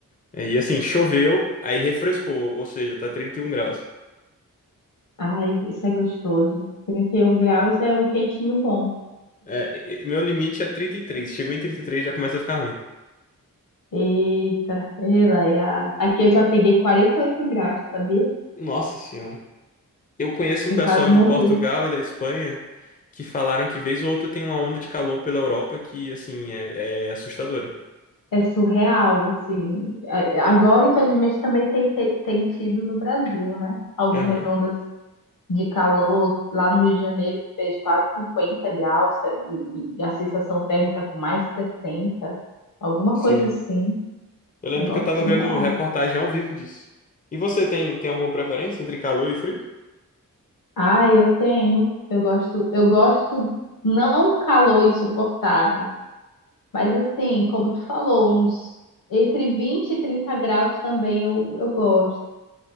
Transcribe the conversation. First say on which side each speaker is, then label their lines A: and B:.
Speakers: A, on the left; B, on the left.
A: É, E assim, choveu, aí refrescou, ou seja, tá 31 graus.
B: Ai, isso é gostoso. 31 graus é um quentinho bom.
A: É, e- e- meu limite é 33. chegou em 33 já começa a ficar ruim.
B: Eita, ela e a... Aqui eu já peguei 48 graus, sabia?
A: Nossa senhora. Eu conheço
B: Eu
A: um pessoal
B: quase morri.
A: de Portugal e da Espanha que falaram que vez ou outra tem uma onda de calor pela Europa que, assim, é, é assustadora.
B: É surreal, assim. A- Agora, infelizmente, também tem, tem, tem tido no Brasil, né? Algumas
A: Aham,
B: ondas de calor lá no Rio de Janeiro que fez quase 50 graus é, e, e a sensação térmica com mais de 60, alguma
A: sim.
B: coisa assim.
A: Eu lembro
B: Negócio
A: que eu tava
B: surreal.
A: vendo reportagem ao vivo disso. E você tem, tem alguma preferência entre calor e frio?
B: Ah, eu tenho. Eu gosto, eu gosto não um calor insuportável. Mas assim, como tu falou, uns entre 20 e 30 graus também eu, eu gosto.